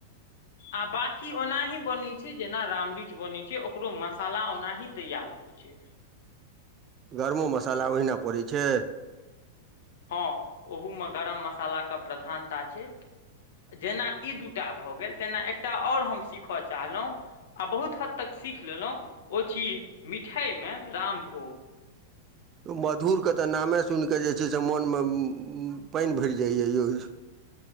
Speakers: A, on the left (about 70°); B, on the right (about 25°).
A: आ बाँकी ओनाही बनै छै जेना रामरुइच बनै छै ओकरो मसाला ओनाही तैयार होइ छै
B: गरमो मसाला ओहिना पड़ै छै
A: हँ ओहूमे गरम मसालाके प्रधानता छै जेना ई दू टा भऽ गेल तेना एकटा आओर हम सीखय चाहलहुँ आ बहुत हद तक सीख लेलहुँ ओ छी मिठाइमे रामभोग
B: मधुरके तऽ नामे सुनि कऽ जे छै से मोनमे पानि भरि जाइए यौ